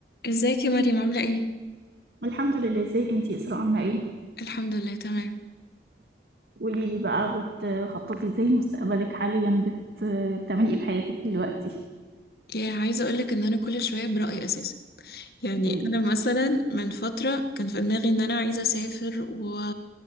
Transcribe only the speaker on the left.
ازيك يا مريم عاملة ايه؟
الحمد لله تمام
يا عايزة اقولك ان انا كل شوية برأيي اساسا يعني
انا مثلا من فترة كان في دماغي ان انا عايزة اسافر و...